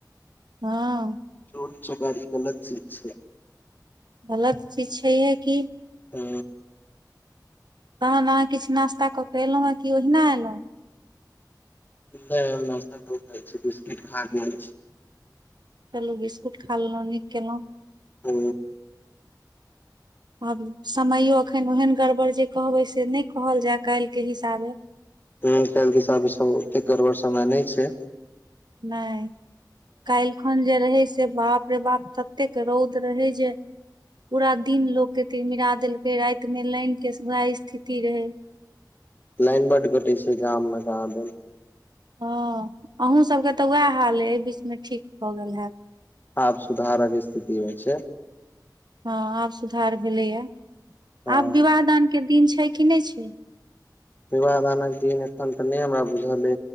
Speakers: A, on the right; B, on the left.
A: हँ,
B: चोट चकारी गलत चीज छै।
A: गलत चीज छै हे कि
B: हू
A: तहन अहाँ किछु नास्ताऽ के एलहुर कि ओहिना एलहु
B: नहि नश्ताै छै बिस्किट खा कऽ आएल छै,
A: पलु बिस्कुट खा लेलू नीक केलहुँ,
B: हू
A: आब समयो अखन ओहन गड़बड़ जे कहबै से नय कहल जाय काल्हि के हिसाबे
B: हूं <unintelligible> सब ओतेक गड़बड़ समय नय छै
A: नय काइल खन जे रहै से बाप रे बाप ततेक रौद रहे जे पूरा दिन लोग के तिलमिरा देलकै राति मे लाइन के वएह स्थिति रहै
B: लाइन बड कटै छै गाम मे कहाँ दनि
A: हँ अहूँ सबके तऽ उएह हाल अइ एहि बीच मे ठीक भऽ गेल हति
B: आब सुधारक स्थिति होइ छै
A: हँ आब सुधार भेलैया
B: हँ
A: आब विवाह दानके दिन छै कि नय छै
B: विवाह दानक दिन एखन तऽ नय हमरा बुझल यै